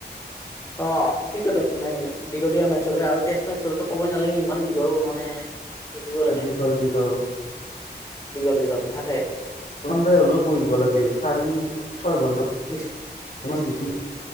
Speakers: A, on the left; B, on the left.
A: অ ক্ৰিকেটত নাই দীঘলীয়া মেট হলে আৰু টেষ্ট মেট- হল ক'বই নালাগে ইমান দীঘল মানে ৰখিব লাগে
B: দীঘল দীঘল
A: দীঘল দীঘল- থাকে
B: চন্দাই হলেও বহিব লাগে চাৰি ছয় ঘন্টামান
A: নিশ নিশ
B: গুচি-